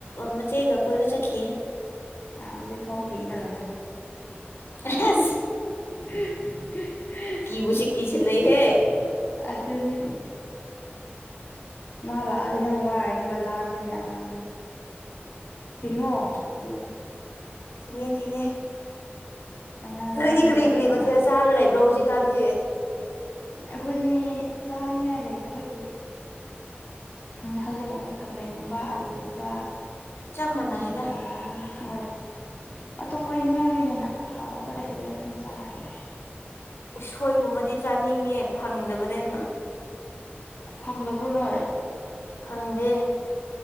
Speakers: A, on the left (about 70°); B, on the left (about 50°).
A: ꯃꯆꯦꯒ ꯀꯣꯏꯕ ꯆꯠꯈꯤꯌꯦ
B: ꯑꯗꯗꯤ ꯊꯣꯡ ꯊꯤꯡꯉ ꯂꯩꯌꯣ
A: ꯑꯁ
B: <unintelligible>
A: ꯀꯤꯕꯨ ꯁꯤ ꯀꯤꯁꯤꯜꯂꯛꯏꯍꯦ
B: ꯑꯗꯨꯅꯤ ꯃꯥ ꯂꯥꯛꯑꯗꯤ ꯅꯪ ꯋꯥꯔꯅꯦꯕ ꯂꯥꯡꯕꯅꯤꯅ ꯑꯉꯥꯡꯗꯣ ꯊꯤꯡꯉꯣ
A: ꯑꯗꯨꯅꯤ ꯊꯤꯡꯉꯦ ꯊꯤꯡꯉꯦ
B: ꯑꯉꯥꯡ
A: ꯅꯣꯏꯗꯤ
B: ꯂꯥꯡꯕ
A: ꯀꯔꯤ
B: ꯌꯥꯗꯦꯕ
A: ꯀꯔꯤ ꯃꯊꯦꯜ ꯆꯥꯔꯒ ꯂꯩꯕ꯭ꯔꯣ ꯍꯧꯖꯤꯛꯀꯥꯟꯗꯤ
B: ꯑꯩꯈꯣꯏꯅꯤ ꯆꯥꯅꯤꯉꯥꯏ ꯂꯩꯇꯕꯒꯤ ꯎꯝ ꯍꯧꯖꯤꯛꯀꯥꯟꯁꯦ ꯈꯥꯝꯃꯦꯟꯒꯨꯝꯕ ꯑꯂꯨꯒꯨꯝꯕ
A: ꯆꯞ ꯃꯥꯟꯅꯩꯗ
B: ꯑꯗꯨꯒ ꯍꯥꯏ ꯑꯇꯣꯞꯄ ꯏꯟꯁꯥꯡꯗꯤ ꯍꯦꯟꯅ ꯍꯥꯎꯕ ꯂꯩꯇꯗ ꯑꯗꯨꯝ ꯆꯥꯔ ꯂꯩꯌꯦ
A: ꯎꯁꯣꯏꯒꯨꯝꯕꯗꯤ ꯆꯥꯅꯤꯡꯉꯦ ꯐꯪꯗꯕꯅꯤꯅ
B: ꯐꯪꯗꯕ꯭ꯔꯣ ꯅꯣꯏ
A: ꯐꯪꯗꯦ